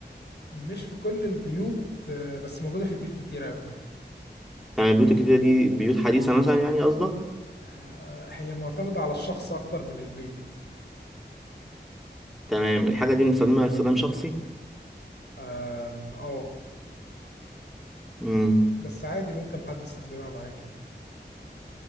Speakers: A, on the left (about 70°); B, in the centre.
A: مش في كل البيوت آه بس موجودة في بيوت كتير قوي يعني
B: تمام البيوت الكتيرة دي بيوت حديثة مثلا يعني قصدك
A: آه هي معتمدة على الشخص أكتر من البيت
B: تمام الحاجة دي بنستخدمها استخدام شخصي
A: آم، اه
B: مم.
A: بس عادي ممكن حد يستخدمها معاك يعني